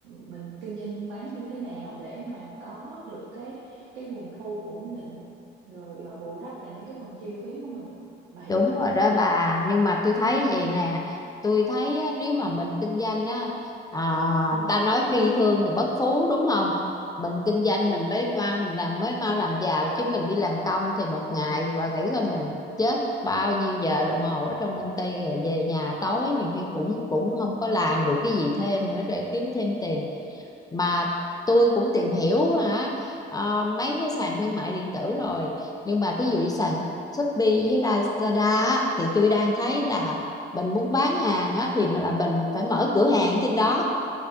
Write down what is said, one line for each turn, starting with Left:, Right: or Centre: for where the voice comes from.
Right: mình kinh doanh buôn bán như thế nào để mà có được cái cái nguồn thu ổn định rồi ờ, bù đắp lại những cái phần chi phí của mình bà hiểu
Left: Đúng
Right: áp lực
Left: rồi đó
Right: đó không
Left: bà, nhưng mà tôi thấy vậy nè, tôi thấy á, nếu mà mình kinh doanh á, à,
Right: ừ
Left: ta nói phi thương thì bất phú đúng không? Mình kinh doanh
Right: ừ
Left: mình mới mau mình làm mới mau làm giàu chứ mình đi làm công thì một ngày và nghĩ là mình chết bao nhiêu giờ đồng hồ ở trong công ty rồi về nhà tối nhiều khi cũng cũng không có làm được cái gì thêm
Right: ừ
Left: nữa để kiếm thêm tiền mà tôi cũng tìm hiểu hả ờ, mấy cái sàn thương mại điện tử rồi nhưng mà thí dụ như sàn Shopee với Lazada á, thì tôi đang thấy
Right: ừ,
Left: là mình muốn bán hàng á, thì là mình phải mở cửa hàng trên đó